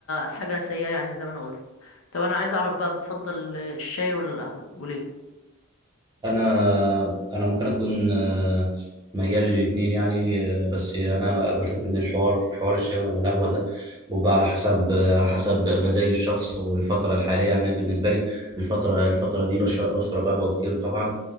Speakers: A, on the left; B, on the right.
A: حاجة سيئة يعني زي ما أنا قلت طب أنا عايز أعرف بقى بتفضل الشاي ولا القهوة وليه؟
B: انا انا ممكن اكون آه، ميال للاتنين يعني آه، بس انا بشوف ان الحوار حوار الشاي ولا القهوه ده بيبقى على حسب على حسب مزاج الشخص او الفتره الحاليه يعني أنا بالنسبه لي الفتره الفتره دي بشرب بشرب قهوه كتير طبعا